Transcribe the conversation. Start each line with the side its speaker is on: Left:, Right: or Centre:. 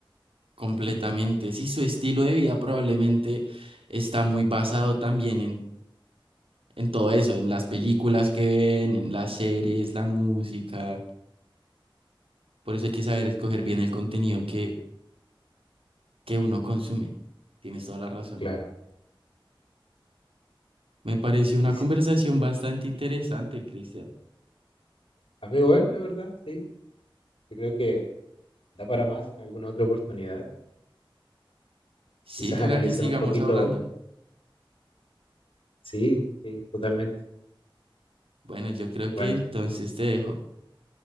Right: Completamente. Sí, su estilo de vida probablemente está muy basado también en, en todo eso, en las películas que ven, en las series, la música. Por eso hay que saber escoger bien el contenido que, que uno consume. Tienes toda la razón.
Left: Claro,
Right: Me pareció
Left: sí,
Right: una
Left: sí.
Right: conversación bastante interesante, Cristian.
Left: A mí igual, la verdad, sí. Yo creo que da para más en alguna otra oportunidad.
Right: Sí,
Left: Quizás
Right: toca
Left: analizar
Right: que sigamos
Left: un poquito,
Right: hablando.
Left: sí, sí, totalmente.
Right: Bueno, yo creo
Left: Bueno,
Right: que entonces te dejo.